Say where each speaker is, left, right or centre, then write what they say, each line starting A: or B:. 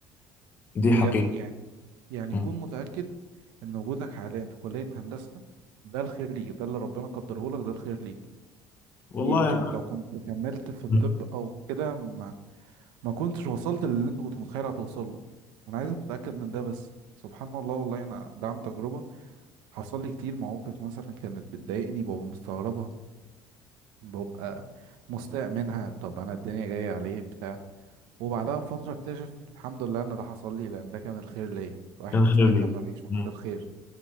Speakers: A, on the left (about 25°); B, on the right (about 80°).
A: دي
B: بجد
A: حقيقه
B: يعني يعني
A: م.
B: كون متاكد ان وجودك حاليا في كليه هندسه ده الخير ليك ده اللي ربنا قدره لك ده الخير ليك
A: والله
B: يمكن لو كنت كملت في الطب
A: يعني
B: او كده ما كنتش وصلت للي انت كنت متخيل هتوصل له انا عايزك تتاكد من ده بس سبحان الله والله انا ده عن تجربه حصل لي كتير مواقف مثلا كانت بتضايقني ببقى مستغربها ببقى مستاء منها طب انا الدنيا جايه عليه بتاع وبعدها بفتره اكتشف الحمد لله ان ده حصل لي لان ده كان الخير ليا الواحد
A: كان خير
B: ساعتها
A: ليك
B: ما بيشوفش
A: م.
B: الخير